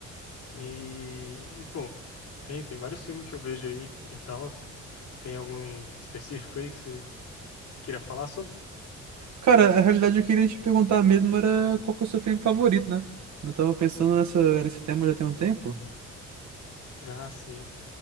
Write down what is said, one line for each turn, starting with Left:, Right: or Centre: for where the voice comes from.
Left: E, e, pô, tem, tem vários filmes que eu vejo aí e tal. Tem algum específico aí que você queira falar sobre?
Right: Cara, a realidade eu queria te perguntar mesmo era qual que é o seu filme favorito, né? Eu tava pensando nessa, nesse tema já tem um tempo.
Left: Ah, sim.